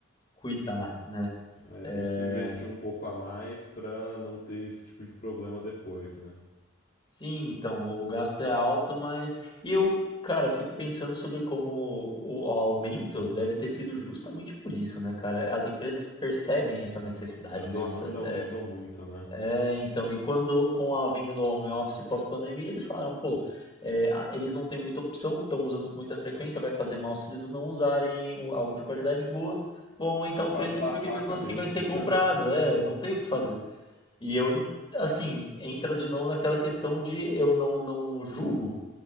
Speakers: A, on the left; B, on the left.
A: cuidar, né?
B: É,
A: É,
B: tem que investir um pouco a mais para não ter esse tipo de problema depois, né?
A: Sim, então, o gasto é alto, mas e eu, cara, fico pensando sobre como o o aumento deve ter sido justamente por isso, né, cara? As empresas percebem essa necessidade
B: A demanda
A: nossa.
B: aumentou
A: É,
B: muito, né?
A: é, então, e quando com a vinda do home office pós-pandemia, eles falaram, pô, é, a- eles não têm muita opção, estão usando com muita frequência, vai fazer mal se eles não usarem o- algo de qualidade boa. Vão aumentar o
B: Passar
A: preço porque
B: a faca
A: mesmo assim
B: mesmo.
A: vai ser comprado.
B: <laughs>
A: É, não tem o que fazer. E eu, assim, entra de novo naquela questão de eu não, não julgo,